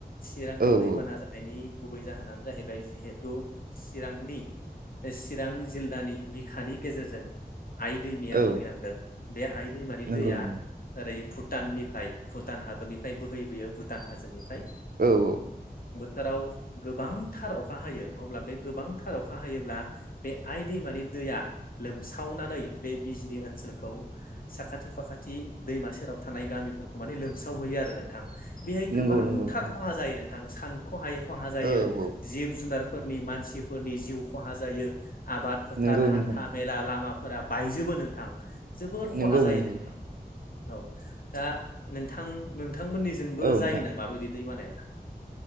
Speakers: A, on the left (about 60°); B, on the right (about 65°).
A: चिरांनि
B: औ
A: दैबाना
B: औ
A: जानायनि गुबै जाहोनानो जाहैबाय जिहेथु चिरांनि चिरां जिल्लानि बिखानि गेजेरजों आइ दैमाया
B: औ
A: बोहैलांदों बे आइ दैमानि
B: नंगौ
A: दैया
B: नंगौ
A: ओरै भुटाननिफ्राय भुटान हादरनिफ्राय बोहैबोयो भुटान हाजोनिफ्राय
B: औ औ
A: थाराव गोबांथार अखा हायो अब्ला बे गोबांथार अखा हायोब्ला बे आइ दैमानि दैया लोमसावनानै बे बिजनि ओनसोलखौ साखाथि फाखाथि दैमा सेराव थानाय गामिफोरखौ माने लोमसावहैयो आरो नोंथां बेहाय गोबांथार
B: नंगौ नंगौ नोंथां
A: खहा जायो नोंथां सानखहायै खहा जायो
B: औ औ
A: जिब जुनार फोरनि मानसिफोरनि जिउ खहा जायो आबाद फोथार
B: नंगौ
A: हान्था
B: नोंथां
A: मेला लामाफोरा बायजोबो नोंथां जोबोर
B: नंगौ
A: खहा जायो
B: नंगौ
A: नोंथां औ दा नोंथां नोंथांमोननिजोंबो
B: औ नोंथां
A: जायोनामा बिदि दै बानाया